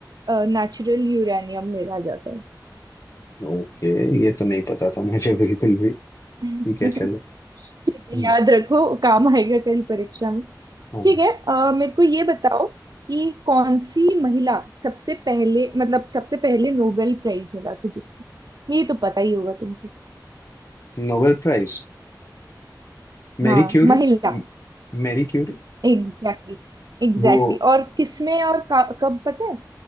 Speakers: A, on the right (about 60°); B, on the left (about 45°).
A: नेचुरल यूरेनियम मिला जाता है
B: ओके ये तो नहीं पता था मुझे बिल्कुल भी
A: ठीक
B: ठीक है चलो हम्म,
A: है याद रखो काम आएगा कल परीक्षा में
B: हाँ
A: ठीक है अ, मेरे को ये बताओ कि कौन सी महिला सबसे पहले मतलब सबसे पहले नोबेल प्राइज मिला था जिसको ये तो पता ही होगा तुमको
B: Nobel prize Marie
A: हाँ
B: Curie
A: महिला
B: म- मैरी क्यूरी
A: एग्जैक्टली एग्जैक्टली
B: वो
A: और किसमें और का- कब पता है